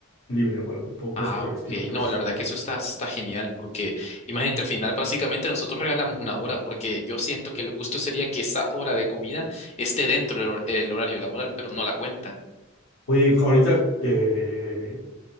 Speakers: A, on the left; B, on the left.
A: libre o algo, pocos
B: Ah,
A: por
B: ok.
A: el estilo, pues.
B: No, la verdad que eso está, está genial porque imagínate, al final básicamente nosotros regalamos una hora porque yo siento que lo justo sería que esa hora de comida esté dentro del hor- el horario laboral, pero no la cuenta.
A: Oye, hijo, ahorita que,